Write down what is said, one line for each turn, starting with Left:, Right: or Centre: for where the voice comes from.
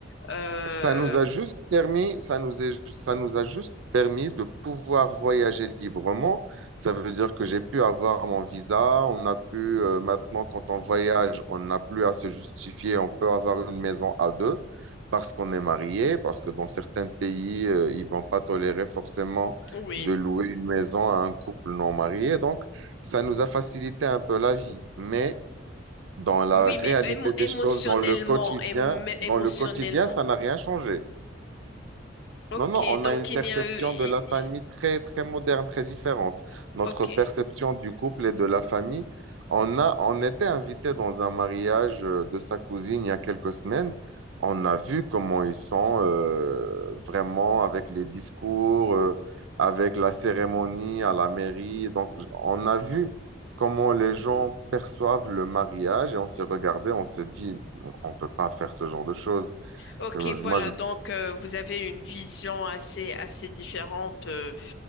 Left: euh,
Right: Ça nous a juste permis, ça nous est, ça nous a juste permis de pouvoir voyager librement. Ça veut dire que j'ai pu avoir mon visa. On a pu, euh, maintenant, quand on voyage, on n'a plus à se justifier. On peut avoir une maison à deux parce qu'on est marié, parce que dans certains pays, euh, ils vont pas tolérer forcément
Left: oui,
Right: de louer une maison à un couple non marié. Donc, ça nous a facilité un peu la vie. Mais dans la
Left: oui,
Right: réalité
Left: mais émo-
Right: des
Left: émotionnellement,
Right: choses, dans le quotidien,
Left: émo- émotionnellement.
Right: dans le quotidien, ça n'a rien changé.
Left: Ok,
Right: Non, non, on
Left: donc
Right: a une perception
Left: il n'y a eu, i-
Right: de la famille
Left: i-
Right: très, très moderne, très différente. Notre
Left: ok,
Right: perception du couple et de la famille, on a, on était invité dans un mariage euh, de sa cousine il y a quelques semaines. On a vu comment ils sont euh, vraiment avec les discours, euh, avec la cérémonie à la mairie. Donc, on a vu comment les gens perçoivent le mariage et on s'est regardé, on s'est dit, on peut pas faire ce genre de choses.
Left: ok,
Right: Euh,
Left: voilà,
Right: Moi, je
Left: donc euh, vous avez une vision assez, assez différente. euh,